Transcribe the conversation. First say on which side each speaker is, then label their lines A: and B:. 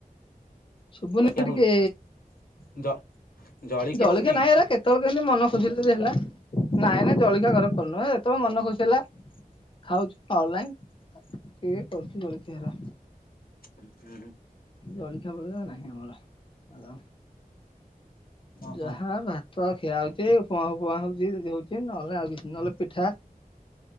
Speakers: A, on the left; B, on the left.
A: ସୁୁଭୁନିଟିକ।
B: ଜଳଖିଆ ହଉନି <unintelligible> ଜଳିଖିଆ
A: ଜଳଖଆ
B: ହଉନି
A: ନାାଇଁ ହେରା କେତେବେଳେ କେମିତି ମନ ଖୋସିିଲ ହେଲା, ନାଇଁ ନାଇ ଜଳଖଆ ଘର କରୁନୁହଁ, ଯେତେବେଳେ ମନ ଖୁସି ହେଲା ଖାଉଛୁ। ଅନଲାଇନ କିଏ କରୁଛୁ ଜଳହରା।
B: ହ ହ।
A: ଜଳିଖା ପଳ ନାହିଁ ଆମର ଆ
B: ଓହୋ
A: ଯାହା ଭାତ ଖିଆ ହଉଛି ଫୁଆ ଫୁଆଁ ହଉଛିଦି ହଉଛି, ନହେଲେ ଆଉ କିଛି ନହେଲେ ପିଠା